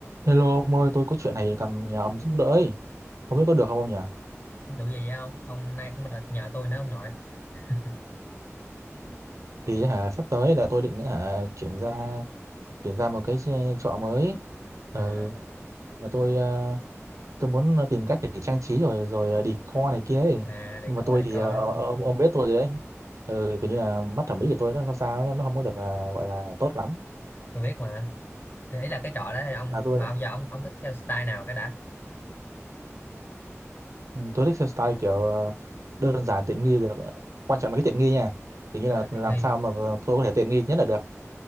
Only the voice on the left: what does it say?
đủ gì không ông nay cũng đặt nhờ tôi nữa ông nội <laughs>
à,
à để
co
để
co
đúng không
ừ.
tôi biết mà Thì ý là cái trọ đó là ông
mà ông giờ ông ông thích theo style nào cái đã
ờ,
tiện
nghi